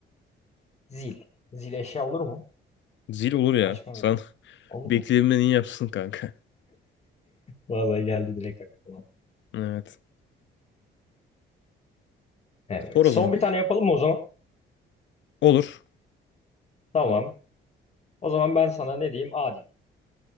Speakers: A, on the left; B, on the left.
A: zil. Zil eşya olur mu?
B: Zil olur ya.
A: Başka
B: Sen
A: mı?
B: <laughs>
A: Olur
B: bekleyimden
A: mu?
B: iyi yapsın kanka.
A: Vallahi geldi direkt aklıma.
B: <laughs> Evet.
A: Evet.
B: Sor o
A: Son
B: zaman.
A: bir tane yapalım mı o zaman?
B: Olur.
A: Tamam. O zaman ben sana ne diyeyim? A diyeyim.